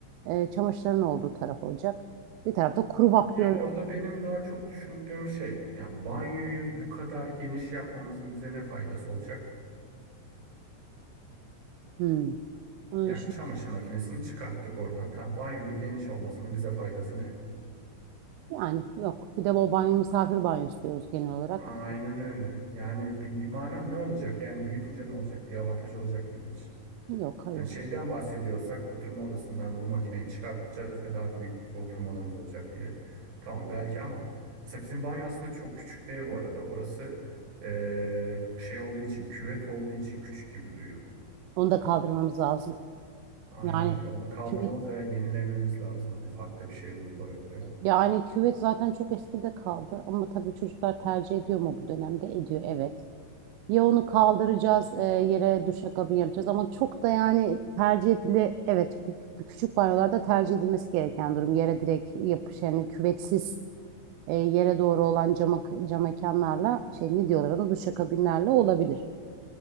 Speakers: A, on the right; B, on the right.
A: e, çamaşırların olduğu taraf olacak. Bir tarafta kuru
B: Ya
A: bakliyat.
B: orada benim daha çok düşündüğüm şey, yani banyoyu bu kadar geniş yapmamızın bize ne faydası olacak?
A: Hmm. Bunu
B: Yani
A: düşünmemiştim.
B: çamaşır makinesini çıkarttık oradan. Tamam, banyonun geniş olmasının bize faydası ne?
A: Yani yok. Bir de o banyo misafir banyosu diyoruz genel olarak.
B: Aynen öyle. Yani bir, bir mana ne olacak? Yani büyütünce ne olacak? Bir avantaj olacak mı bizim için?
A: Yok hayır.
B: Hani şeyden bahsediyorsak oturma odasından bu makineyi çıkartacağız ve daha büyük bir oturma odamız olacak diye. Tamam belki ama mesela bizim banyo aslında çok küçük değil bu arada. Orası eee, şey olduğu için, küvet olduğu için küçük gibi duruyor.
A: Onu da kaldırmamız lazım.
B: Aynen
A: Yani
B: öyle. Onu kaldırmamız
A: küvet
B: veya yenilememiz lazım. Hani farklı bir şey bulup oraya.
A: yani küvet zaten çok eskide kaldı ama tabii çocuklar tercih ediyor mu bu dönemde? Ediyor evet. Ya onu kaldıracağız e, yere duşakabin yapacağız ama çok da yani tercih edili evet bir- bir küçük banyolarda tercih edilmesi gereken durum yere direkt yapış yani küvetsiz e, yere doğru olan cama, cam mekanlarla şey ne diyorlar ona duşakabinlerle olabilir.